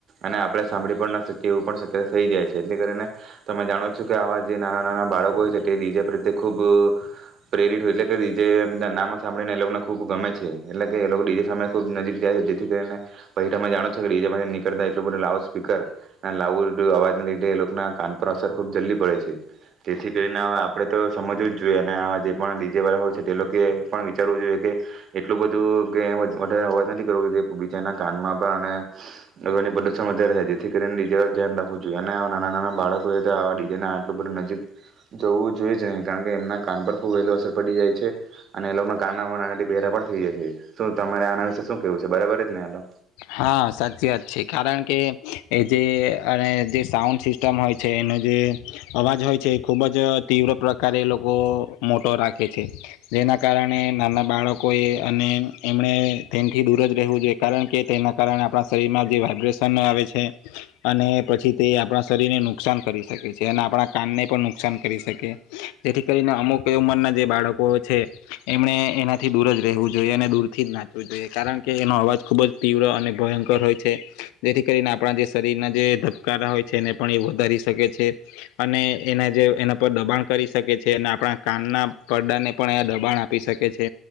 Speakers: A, on the right; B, on the left.
A: અને આપણે સાંભળી પણ ના શકીએ એવું પણ શક્યતા થઈ જાય છે. એટલે કરીને તમે જાણો છો કે આવા જે નાના નાના બાળકો હોય છે તે બીજે રીતે ખૂબ પ્રેરિત હોય એટલે કે ડીજે એમ નામાં સાંભળીને એ લોકોને ખૂબ ગમે છે. એટલે કે એ લોકો ડીજે સામે ખૂબ નજીક જાય છે જેથી કરીને પછી તમે જાણો છો કે ડીજે પાસેથી નીકળતા એટલું બધું લાઉડ સ્પીકર અને લાઉડ અવાજને લીધે એ લોકોના કાન પર અસર ખૂબ જલ્દી પડે છે. જેથી કરીને આવા આપણે તો સમજવું જ જોઈએ અને આ જે પણ ડીજે વાળા હોય છે તે લોકો પણ વિચારવું જોઈએ કે એટલું બધું કે વધારે અવાજ નથી કરવું કે બીજાના કાનમાં પણ અને એ લોકોને પ્રદુષણ વધારે છે જેથી કરીને ડીજે વા ધ્યાન રાખવું જોઈએ અને નાના નાના બાળકોએ તો આવા ડીજે આટલું બધું નજીક જવું જ જોઈ જ નહીં કારણ કે એમના કાન પર ખુબ વેલું અસર પડી જાય છે અને એ લોકોના કાન આના બેેરા પણ થઈ જાય છે. શું તમારે આના વિશે શું કેવું છે બરાબર જ ને આનો?
B: હા સાચી વાત છે. કારણ કે એ જે અને જે સાઉન્ડ સિસ્ટમ હોય છે એનો જે અવાજ હોય છે એ ખૂબ જ તીવ્ર પ્રકારે એ લોકો મોટો રાખે છે. જેના કારણે નાના બાળકોએ અને એમણે તેમથી દૂર જ રહેવું જોઈએ. કારણ કે તેના કારણે આપણા શરીરમાં જે વાઇબ્રેશન આવે છે અને પછી તે આપણા શરીરને નુકસાન કરી શકે છે અને આપણા કાનને પણ નુકસાન કરી શકે જેથી કરીને અમુક એ ઉંમરના જે બાળકો છે એમણે એનાથી દૂર જ રહેવું જોઈએ અને દૂરથી જ નાચવું જોઈએ. કારણ કે એનો અવાજ ખૂબ જ તીવ્ર અને ભયંકર હોય છે. જેથી કરીને આપણા જે શરીરના જે ધબકારા હોય છે એને પણ એ વધારી શકે છે અને એના જે એના પર દબાણ કરી શકે છે અને આપણા કાનના પડદાને પણ એયા દબાણ આપી શકે છે